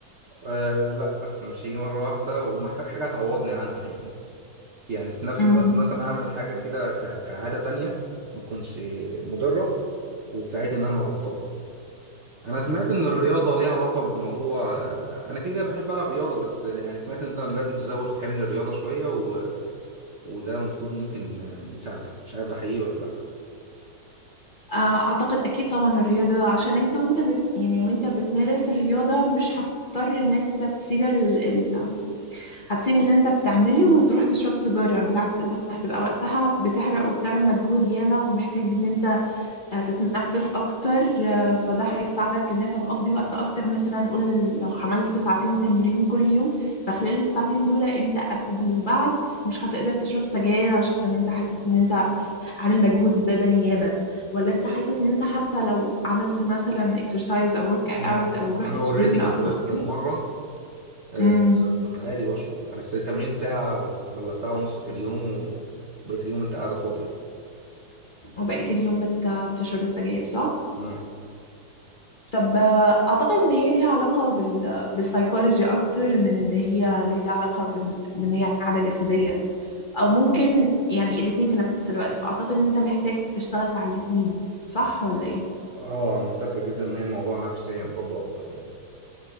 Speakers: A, on the right (about 65°); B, on the left (about 85°).
A: أه لا مش هيجي مره واحده ومحتاج حاجه تعوضني عنها يعني يعني في نفس
B: مم.
A: الوقت مثلا اعمل حاجه كده ك- كعاده تانية ما تكونش مضره وتساعدني ان انا ابطلها انا سمعت ان الرياضه ليها علاقه بالموضوع آه، انا كده كده بحب العب رياضه بس يعني سمعت ان انت لازم تزود حمل الرياضه شويه و... وده المفروض ممكن آه، يساعدك مش عارف ده حقيقي ولا لا
B: آه، اعتقد اكيد طبعا الرياضة عشان انت وانت بت يعني وانت بتمارس الرياضة مش هتضطر ان انت تسيب ال... ال... هتسيب اللي انت بتعمله وتروح تشرب سيجارة بالعكس انت هتبقى وقتها بتحرق وبتعمل مجهود ياما ومحتاج ان انت هتتنفس اكتر آه، فده هيساعدك ان انت تقضي وقت اكتر مثلا قول لو عملت ساعتين تمرين كل يوم فخلال الساعتين دول انت قبل وبعد مش هتقدر تشرب سجاير عشان انت حاسس ان انت عامل مجهود بدني ياما ولا انت حاسس ان انت حتى لو عملت مثلا اكسرسايز او ورك اوت
A: آه.
B: او رحت
A: انا اوريدي
B: الجيم
A: كنت
B: او
A: بش- بتمرن
B: كده
A: آه،
B: امم
A: كنت عادي بشرب بس التمرين ساعه ولا ساعه ونص في اليوم وبقيت اليوم انت قاعده فاضيه
B: وبقيت اليوم بت... بتشرب السجاير صح؟
A: مم.
B: طب آه، اعتقد ان هي ليها علاقه بال بالسايكولوجي اكتر من ان هي ليها علاقه بال... بان هي عاده جسديه او ممكن يعني الاتنين في نفس الوقت فاعتقد ان انت محتاج تشتغل على الاتنين صح ولا ايه
A: اه انا متفق جدا ان هي موضوع نفسيا برضو اكتر يعني